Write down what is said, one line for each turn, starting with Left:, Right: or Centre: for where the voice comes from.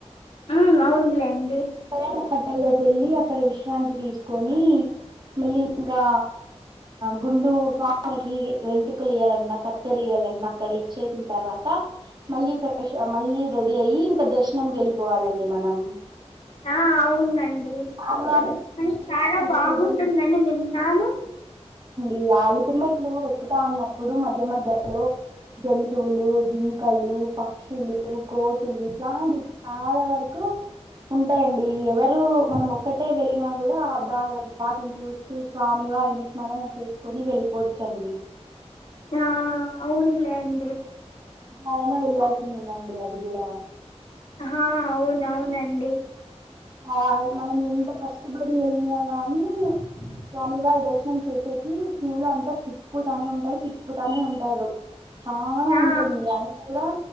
Left: ఆ అవునులేండి
Right: కల్యాణ కట్ ట్టల్లోకి వెళ్ళి అక్కడ విశ్రాంతి తీసుకొని మళ్ళీ ఇంకా గుండు స్వామికి వెంటుకలు ఇయ్యాలన కత్తెర వేయాలన్నా అక్కడ ఇచ్చేసిన తర్వాత మళ్ళీ ఫ్రెష్ మళ్ళీ రెడీ అయ్యి ఇంకా దర్శనంకి వెళ్ళిపోవాల అండి మనం
Left: ఆ అవునండి
Right: స్వామివారి
Left: కానీ చాలా
Right: అంత
Left: బాగుంటుందని
Right: సులభం
Left: విన్నాను
Right: ఈ అల్ల్పిరి మెట్లు ఎక్కుతా ఉన్నప్పుడు మధ్య మధ్యలో జంతువులు జింకలు పక్షులు కోతులు ఇలాంటి చాలా వరకు గు ఉంటాయండి ఎవరు మనం ఒక్కటే వెళ్ళినా కూడా దా వాటిని చూస్తూ స్వామి వారిని స్మరణ చేసుకొని వెళ్ళిపోవచ్చండి
Left: ఆ అవునులే అండి
Right: అయిన వెళ్లాల్సిందే అండి అది కూడా
Left: హా అవున అవునండి
Right: ఆ మనం ఎంత కష్టపడి వెళ్ళినా గాని స్వామివారి దర్శనం చేస్సెకీ క్యూలో అంతా తిప్పుతానే ఉంటారు తిప్పుతానే ఉంటారు చాల
Left: ఆ
Right: ఉంటుంది అయిన కూడా